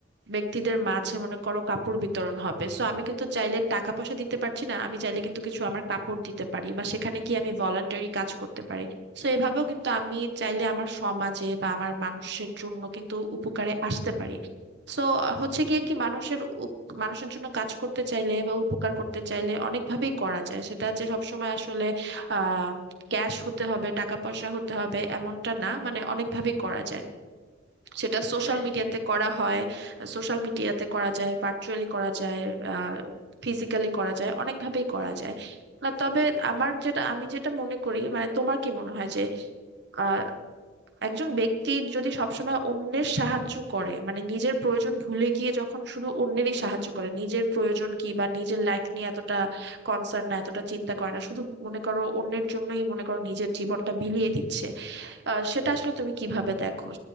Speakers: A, on the right; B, on the left.
A: ব্যক্তিদের মাঝে মনে করো কাপড় বিতরণ হবে সো আমি কিন্তু চাইলে টাকা পয়সা দিতে পারছি না আমি চাইলে কিন্তু কিছু আমার কাপড় দিতে পারি বা সেখানে গিয়ে আমি ভলান্টারি কাজ করতে পারি তো এভাবেও কিন্তু আমি চাইলে আমার সমাজে বা আমার মানুষের জন্য কিন্তু উপকারে আসতে পারি তো হচ্ছে গিয়ে
B: একদম।
A: কি মানুষের উপ- মানুষের জন্য কাজ করতে চাইলে বা উপকার করতে চাইলে অনেকভাবেই করা যায় সেটা যে সবসময় আসলে আহ ক্যাশ হতে হবে টাকা পয়সা হতে হবে এমনটা না মানে অনেকভাবেই করা যায় সেটা সোশ্যাল
B: হ্যাঁ
A: মিডিয়াতে
B: সেটাই
A: করা হয় সোশ্যাল মিডিয়াতে করা যায় ভার্চুয়ালি করা যায় আহ ফিজিক্যালি করা যায় অনেকভাবেই করা যায় না তবে আমার যেটা আমি যেটা মনে করি মানে তোমার কি মনে হয় যে আহ একজন ব্যক্তি যদি সবসময় অন্যের সাহায্য করে মানে নিজের প্রয়োজন ভুলে গিয়ে যখন শুধু অন্যেরই সাহায্য করে নিজের প্রয়োজন কি বা নিজের লাইফ নিয়ে এতটা কনসার্ন না এতটা চিন্তা করে না শুধু মনে করো অন্যের জন্যই মনে করো নিজের জীবনটা বিলিয়ে দিচ্ছে আহ সেটা আসলে তুমি কিভাবে দেখো